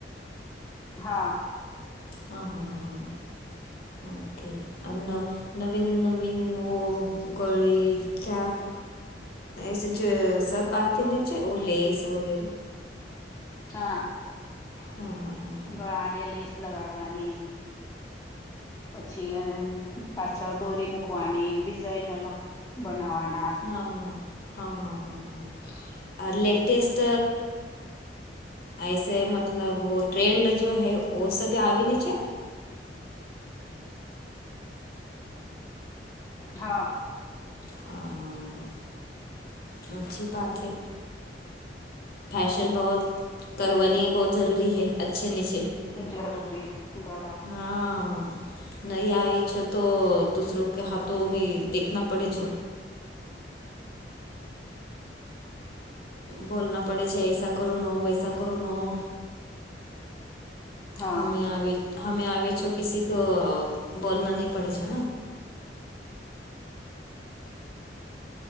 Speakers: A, on the left; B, on the left.
A: હા.
B: હા હા હા હા ઓકે. અ નવીન નવીન નો ગળી કયા. એસે જે સબ આતી ને છે ઓ લેસ વગેરે.
A: હા.
B: હા હા હા.
A: ગળાને લેસ લગાડવાની. પછી પાછળ દોરી મુકવાની ડિઝાઇન અલગ બનાવાના.
B: હં હં હા હા હા આ લેટેસ્ટ એસે મતલબ ટ્રેન્ડ જો હૈ ઓ સબી આવે લી છે.
A: હા.
B: હા હા હ અચછી વાત હૈ. ફૅશન બહુ કરવની બહુ જરૂરી હૈ અચ્છે નીચે.
A: જરૂરી બરાબર.
B: હા. નહી આવીઈ છો તો દુસરો કે હાથો દેખના પડે છો. બોના પડે છે એસા કરો ના હો વૈસા કરો ના.
A: હા
B: હમે હમે આવે છો કસી કો બોલના નહીં પડે છે.